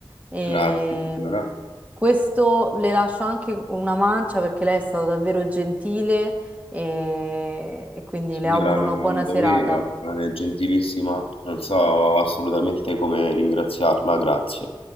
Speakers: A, on the right; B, on the left.
A: Ehm,
B: Grazie, signora.
A: questo le lascio anche una mancia perché lei è stata davvero gentile e, e quindi
B: Signora,
A: le auguro
B: no,
A: una
B: non
A: buona
B: doveva,
A: serata.
B: ma è gentilissima, non so assolutamente come ringraziarla, grazie.